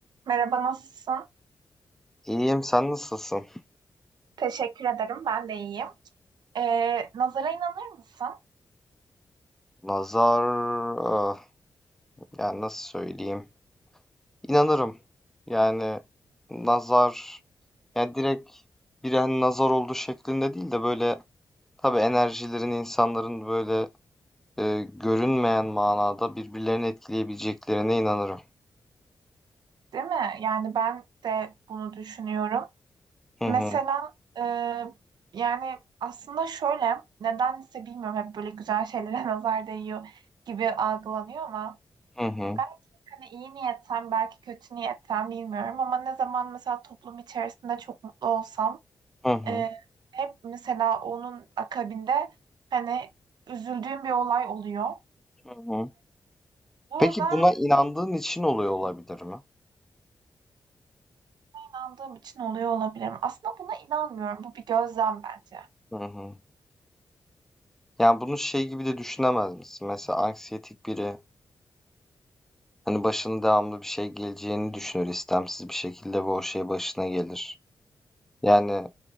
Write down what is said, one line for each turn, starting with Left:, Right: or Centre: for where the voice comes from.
Right: Merhaba, nasılsın?
Centre: İyiyim, sen nasılsın?
Right: Teşekkür ederim, ben de iyiyim. Ee, nazara inanır mısın?
Centre: Nazar, ah, yani nasıl söyleyeyim? İnanırım. Yani nazar, yani direkt birine nazar oldu şeklinde değil de böyle tabii enerjilerin insanların böyle e, görünmeyen manada birbirlerini etkileyebileceklerine inanırım.
Right: Değil mi? Yani ben de bunu düşünüyorum.
Centre: Hı
Right: Mesela
Centre: hı,
Right: e, yani aslında şöyle, nedense bilmiyorum hep böyle güzel şeylere <laughs> nazar değiyor gibi algılanıyor ama
Centre: hı hı,
Right: belki hani iyi niyetten, belki kötü niyetten bilmiyorum ama ne zaman mesela toplum içerisinde çok mutlu olsam
Centre: hı hı,
Right: e, hep mesela onun akabinde hani üzüldüğüm bir olay oluyor.
Centre: hı hı.
Right: Burada
Centre: Peki buna inandığın için oluyor olabilir mi?
Right: İnandığım için oluyor olabilirim. Aslında buna inanmıyorum. Bu bir gözlem bence.
Centre: Hı hı. Yani bunu şey gibi de düşünemez misin? Mesela anksiyetik biri Hani başına devamlı bir şey geleceğini düşünür istemsiz bir şekilde ve o şey başına gelir. Yani